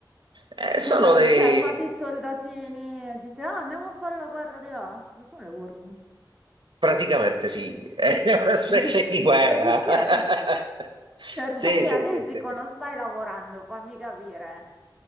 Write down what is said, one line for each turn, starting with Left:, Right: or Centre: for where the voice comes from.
Right: Eh, sono
Centre: Cioè, la-
Right: dei...
Centre: cioè, fate i soldatini e dite, ah, andiamo a fare la guerra di là. Cosa sono le war room?
Right: Praticamente sì, <laughs> è una specie
Centre: <laughs>
Right: di
Centre: Stai
Right: guerra.
Centre: dicendo,
Right: <laughs>
Centre: già
Right: Sì,
Centre: che
Right: sì,
Centre: a risico
Right: sì, sì, sì.
Centre: non stai lavorando, fammi capire.